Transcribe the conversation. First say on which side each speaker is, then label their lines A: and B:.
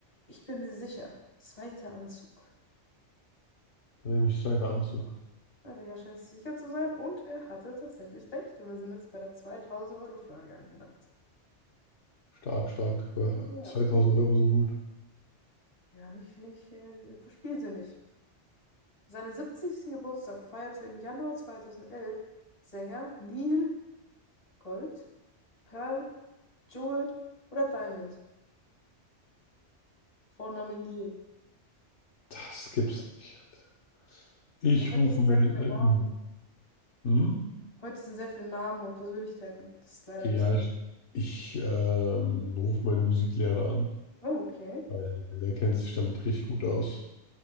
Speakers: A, on the left (about 30°); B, on the left (about 70°).
A: ich bin mir sicher, zweiter Anzug.
B: Dann nehme ich zweiter Anzug.
A: Na, der Herr scheint sich sicher zu sein und er hatte tatsächlich recht. Und wir sind jetzt bei der 2000-Euro-Frage angelangt.
B: Stark, stark. Äh,
A: Ja,
B: 2000 Euro sind gut.
A: ja, nicht, nicht, äh, diese- verspiel sie nicht. Seinen 70. Geburtstag feierte im Januar 2011 Sänger Neil Gold, Pearl, Jewel oder Diamond. Vorname Neil.
B: Das gibt's nicht, Alter. Ich
A: Ja, heute
B: rufe
A: sind
B: meinen
A: sehr viele
B: alten.
A: Namen.
B: Hm?
A: Heute sind sehr viele Namen und Persönlichkeiten. Das ist leider
B: Ja,
A: bis.
B: ich, ich ähm, rufe meinen Musiklehrer an,
A: Oh, okay.
B: weil der kennt sich damit richtig gut aus.